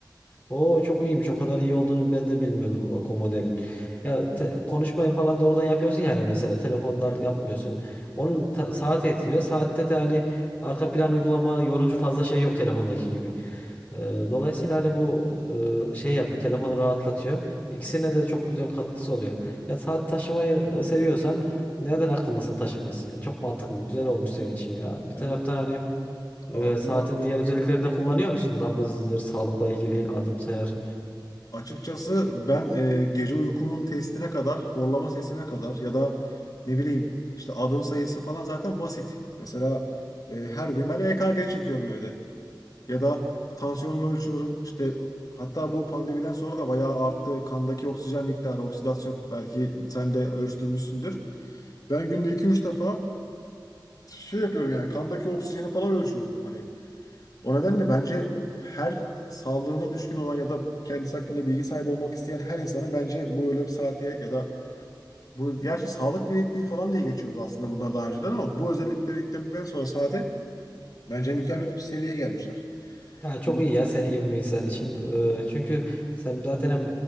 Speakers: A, on the left; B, on the left.
A: O çok iyiymiş. O kadar iyi olduğunu ben de bilmiyordum bak o modelin. Ya te- konuşmayı falan da oradan yapıyorsun yani mesela telefondan
B: Evet.
A: yapmıyorsun. Onun ta- saati etkiliyor. Saatte de hani arka plan uygulamaları yorucu fazla şey yok telefondaki gibi. Ee, dolayısıyla hani bu e, şey yapıyor. Telefonu rahatlatıyor. İkisine de çok güzel katkısı oluyor. Ya saat taşımayı e, seviyorsan neden akıllısını taşımıyorsun? Yani çok mantıklı. Güzel olmuş senin için ya. Bir
B: Yani
A: taraftan hani
B: ağırlığından
A: e, saatin
B: dolayı
A: diğer özelliklerini de kullanıyor musun? Nabızdır, sağlıkla ilgili adım sayar.
B: Açıkçası ben e, gece uykumun testine kadar, horlama sesime kadar ya da ne bileyim işte adım sayısı falan zaten basit. Mesela e, her gün ben EKG çekiyorum evde. Ya da tansiyonumu ölçüyorum. İşte hatta bu pandemiden sonra da bayağı arttı. Kandaki oksijen miktarı, oksidasyon belki sen de ölçtürmüşsündür. Ben günde iki üç defa şey yapıyorum yani kandaki oksijeni falan ölçüyorum. Hani o nedenle bence her sağlığına düşkün olan ya da kendisi hakkında bilgi sahibi olmak isteyen her insanın bence bu öyle bir saate ya da bu gerçi sağlık bilekliği falan diye geçiyordu aslında bunlar daha önceden ama bu özellikleri yükledikten sonra saate bence mükemmel bir seviyeye gelmişler.
A: Ya çok
B: Bu-
A: iyi ya senin gibi bir insan için. Ee, çünkü sen zaten hem